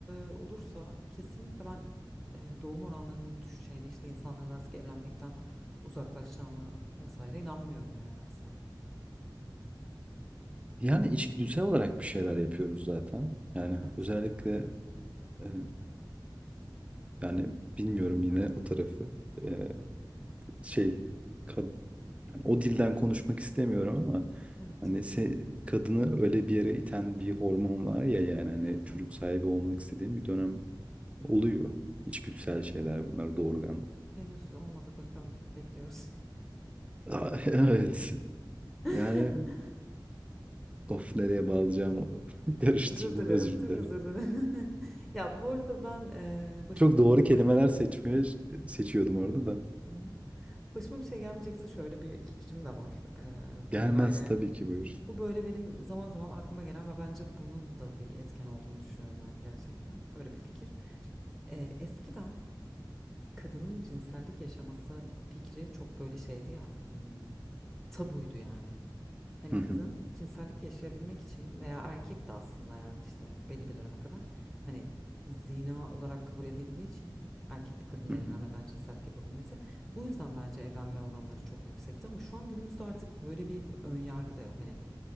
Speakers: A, in the centre; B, on the right.
A: e, olursa kesinlikle ben e, doğum oranlarının düşeceğine, işte insanların artık evlenmekten uzaklaşacağına vesaire inanmıyorum yani asla.
B: Yani içgüdüsel olarak bir şeyler yapıyoruz zaten. Yani
A: Evet.
B: özellikle e, yani bilmiyorum yine o tarafı. E, şey kad- O dilden konuşmak istemiyorum ama
A: Evet.
B: hani se- kadını öyle bir yere iten bir hormon var ya yani hani
A: Evet evet.
B: çocuk sahibi olmak istediğim bir dönem oluyor. İçgüdüsel şeyler bunlar doğurgan.
A: Henüz olmadı bakalım. Bekliyoruz.
B: Aa, <laughs> Evet.
A: <laughs>
B: Yani of nereye bağlayacağımı <laughs> karıştırdım
A: Özür dilerim.
B: özür
A: Çok
B: dilerim.
A: özür dilerim. <laughs> Ya bu arada ben eee, başıma
B: Çok
A: bir
B: doğru
A: şey
B: kelimeler
A: gelmeyecekse.
B: seçmeye seçiyordum orada da.
A: Hı hı. Başıma bir şey gelmeyecekse şöyle bir fikrim de var. Eee,
B: Gelmez
A: bu böyle
B: tabii ki buyur.
A: bu böyle benim zaman zaman aklıma gelen ve bence bunun da bir etken olduğunu düşünüyorum yani gerçekten. Öyle bir fikir. Eee, eskiden kadının cinsellik yaşaması fikri çok böyle şeydi ya. hmm, tabuydu yani. Hani
B: Hı
A: kızın
B: hı,
A: cinsellik yaşayabilmek için veya erkek de aslında yani işte hani belli bir döneme kadar hani zina olarak kabul edildiği için erkekli kadınla
B: hı hı,
A: evlenmeden cinsellik yapabilmesi bu yüzden bence evlenme oranları çok yüksekti ama şu an günümüzde artık böyle bir ön yargı da yok hani